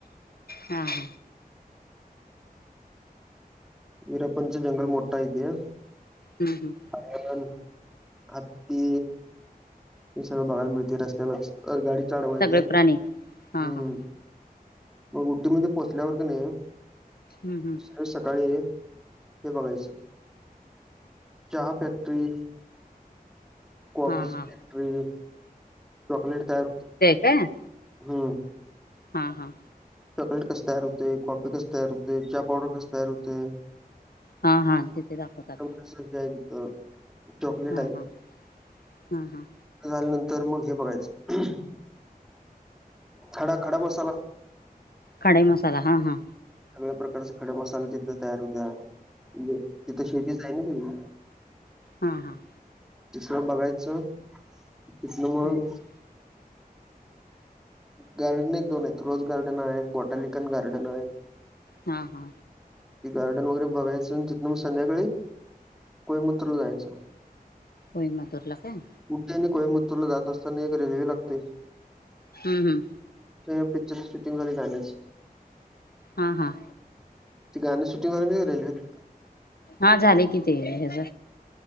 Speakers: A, on the left (about 80°); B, in the centre.
A: हा हा.
B: वीरापनच जंगल मोठा यते.
A: हं् हं.
B: हयण हत्ती हे सगळं बघायला मिळते रस्त्यालाच अ गाडी चाढवाय
A: सगळे
B: त्यात
A: प्राणी हां
B: हम्म.
A: हां
B: मग उटी म पोहोचल्यावर क नाही
A: हं हं
B: वि सकाळी हे बघायचं चहा फॅक्टरी कॉफीट
A: हां हां
B: चॉकलेट का?
A: एम.
B: हम्म.
A: हां हां.
B: चॉकलेट कस तयार होते कॉफी कस तयार होते हा पावडर कस तयार होते.
A: हा हा तिथे दाखवतात.
B: हे त चकलेट
A: हां
B: आहे.
A: हां हां हां
B: झाल्यानंतर मग हे बघायचं. खडा खडा बसाला
A: कडेई मसाला हा हां.
B: सगळ्या प्रकारचे खडे मसाले तिथं तयार होत्या म्हजे तिथे शेतीच आहे ना त
A: हा हा.
B: तिसर बघायचं तथलं मग
A: हं हं
B: गार्डन एक, दोन आहेत. रोझ गार्डन हाय, बॉटॅलिकन गार्डन हाय.
A: हा हा.
B: ते गार्डन वगैरे बघायचं, तिथ न मग संध्याकाळी कोईमतूर ला जायचं.
A: कोई मतूर ला काय?
B: उटी आणि कोइंमतूर ला जात असताना, एक रेल्वे लागते.
A: हुं हुं.
B: तिथं पिक्चरची शूटिंग झाली, गाण्याची
A: हा हा.
B: ते गानं शूटिंग झालय माहिती का रेल्वेेत?
A: हा झालय कि, ते ह्याज